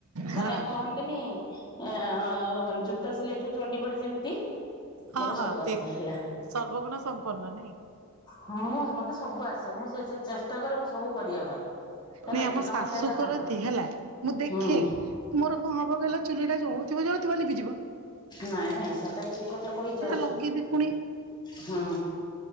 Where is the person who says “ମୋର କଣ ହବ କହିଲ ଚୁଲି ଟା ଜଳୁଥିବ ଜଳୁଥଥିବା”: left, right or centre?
Right